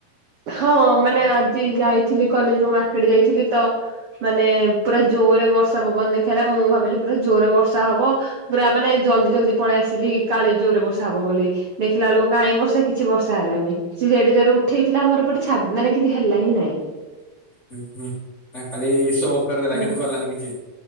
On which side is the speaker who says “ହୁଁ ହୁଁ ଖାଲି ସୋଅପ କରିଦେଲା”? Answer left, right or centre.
Left